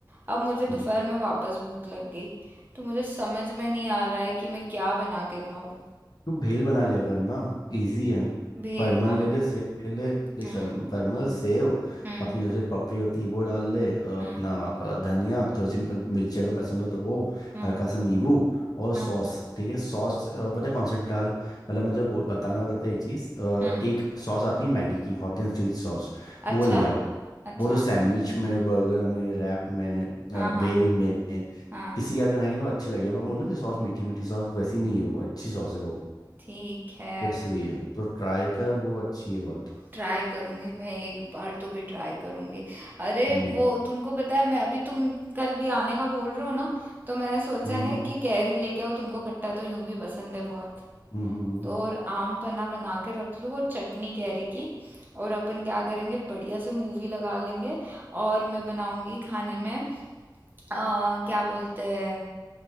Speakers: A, on the right; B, on the left.
A: अब मुझे दोपहर
B: हम्म।
A: में वापस भूख लग गई तो मुझे समझ में नहीं आ रहा है कि मैं क्या बना के खाऊं
B: तू भेल बना लिया करना इजी है
A: भेल
B: परमल
A: ना
B: ले ले सेव ले ले देख
A: हम्म
B: सर परमल सेव
A: हम्म
B: अपनी जैसे पपड़ी होती है वो डाल ले अ,
A: हम्म
B: अपना अ, धनिया थोड़ी सी मिर- मिर्ची अगर पसंद हो तो वो
A: हाँ,
B: हल्का सा नींबू और सॉस
A: हाँ,
B: ठीक है सॉस अ, पता है कौन सी डाल मतलब मैं तो बोल बताने वाला था ये चीज़ अ,
A: हम्म
B: एक सॉस आती है मैगी की हॉट एंड स्वीट सॉस
A: अच्छा
B: वो ले आओ
A: अच्छा
B: वो तो सैंडविच में बर्गर में रैप में
A: हाँ
B: अ, भेल
A: हाँ
B: में
A: हाँ
B: किसी का भी बनाई ना अच्छी लगी है लोग वो ना सॉस मीठी मीठी सॉस वैसी नहीं है वो अच्छी सॉस है वो
A: ठीक है
B: तो इसलिए तो ट्राई कर वो अच्छी है बहुत
A: ट्राई करूंगी मैं एक बार तो भी ट्राई करूंगी अरे
B: हम्म
A: वो तुमको पता है मैं अभी तुम कल भी आने का बोल रहे हो ना तो मैंने सोचा
B: हम्म
A: है कि कैरी लेके आओ तुमको खट्टा तो यूं भी पसंद है बहुत
B: हम्म हम्म
A: तो और आम पन्ना बना के रख लूँ और चटनी कैरी की और अपन क्या करेंगे बढ़िया से मूवी लगा लेंगे और मैं बनाऊंगी खाने में अ, क्या बोलते हैं